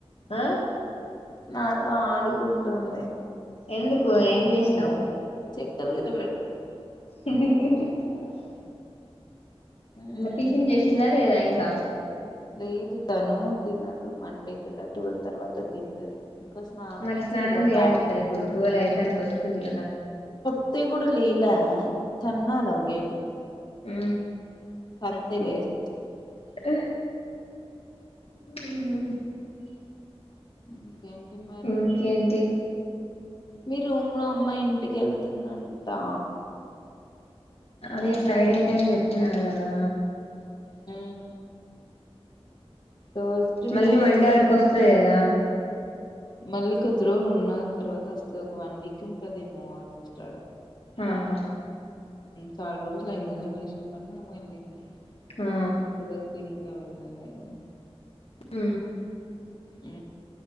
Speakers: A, on the left; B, on the left.
A: ఆ
B: నాతో ఆడుకుంటుంది
A: ఎందుకు ఏం చేసినావు
B: చెక్కలు గిల్లి పెడుతుంది
A: <unintelligible>
B: మ్మ్.
A: టిఫిన్ చేసిందా లేదా ఇం కుక్క
B: లేదు తను తినదు మండే కదా టువెల్్ తర్వాత తింటది ఇంకా స్నానమే
A: మరి స్నానం
B: చేయలే
A: చేయాలి
B: బ్యాగ్
A: కదా ఇప్పుడు టూవల్ అఐతానికి వస్తుంది కదా
B: అత్తతే కూడా లేయల తన్నాల వకేట్
A: ఉ
B: <unintelligible>
A: ఆ ఆ
B: ఇంకేంటి మరి
A: ఇంకేంటి
B: మీ రూమ్ లో అమ్మాయి ఇంటికి వెళ్తుందంటా
A: అదే ఫ్రైడే అని చెప్తున్నారు కదా
B: హ రోజ
A: మళ్ళీ
B: నైట్
A: మండే
B: ఏమన్నా
A: వరకు వస్తది
B: <unintelligible>
A: కదా
B: మళ్ళీ కొద్ది రోజులు ఉన్న తర్వాత వస్తే ఒక వన్ వీక్ ఉంటదేమో ఆల్మోస్ట్ అడ
A: ఆాహా
B: చాలా రోజులు అయింది కదా డిసెంబర్ లో ఏమో వెళ్ళింది
A: ఆ
B: ఇప్పుడు వరకు వెళ్లలేదు
A: హ
B: అ